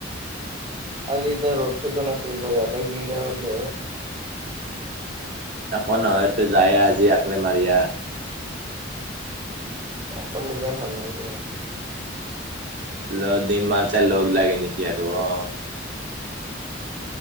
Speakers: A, on the right (about 30°); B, on the right (about 65°).
A: আজিতিয়া ৰ'ড চ'টো নাছিল ব আ জিম দিয়া বাৰল
B: আকৌ নহয় তো যায় আজি আকলে মাৰিয়া।
A: অকণ নিজৰ ভাল লাগ
B: ল দিম মাতে লগ লাগে নেকি আৰু অ',